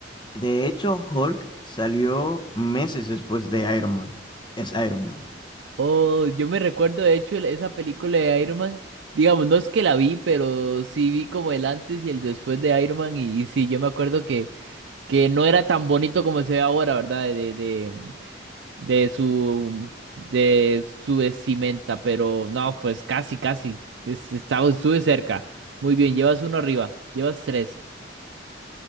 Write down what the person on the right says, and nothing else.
Oh, yo me recuerdo de hecho el- esa película de Iron Man. Digamos, no es que la vi, pero sí vi como el antes y el después de Iron Man. Y, y sí, yo me acuerdo que, que no era tan bonito como se ve ahora, ¿verdad? De, de, de su de su vestimenta, pero no, pues casi, casi. Es- Estaba, estuve cerca. Muy bien, llevas uno arriba, llevas tres.